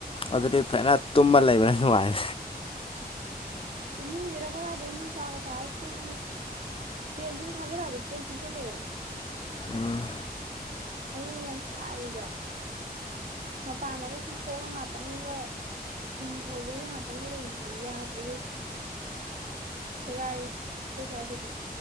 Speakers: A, on the left; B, on the right.
A: ꯑꯗꯨꯗꯤ ꯐꯅ ꯇꯨꯝꯃ ꯂꯩꯕꯅ ꯅꯨꯡꯉꯥꯏ
B: ꯇꯨꯝꯅꯤꯡꯗꯦꯗꯥ ꯀꯗꯥꯏꯗꯒꯤ ꯅꯨꯡ ꯁꯥꯒ ꯁꯥꯔ ꯇꯨꯝ ꯐꯦꯟ ꯁꯨꯝ ꯊꯥꯖꯜꯂꯛꯑꯁꯨ ꯀꯣꯛ ꯆꯤꯛꯁꯜꯂꯛꯑꯦ
A: ꯎꯝ
B: ꯑꯗꯨ ꯌꯥꯝ ꯁꯥꯏꯌꯦꯕ ꯃꯄꯥꯟꯗꯒ ꯆꯊꯣꯛꯑ ꯉꯥꯛꯇꯪꯒ ꯐꯤ ꯐꯧꯕꯩꯒ ꯉꯥꯛꯇꯪꯒ ꯂꯩꯕꯗꯤ ꯌꯥꯗ꯭ꯔꯦꯍꯦ ꯁꯦꯒꯥꯏꯔꯦ ꯑꯩꯈꫭꯏ ꯁꯥꯏꯗꯗꯤ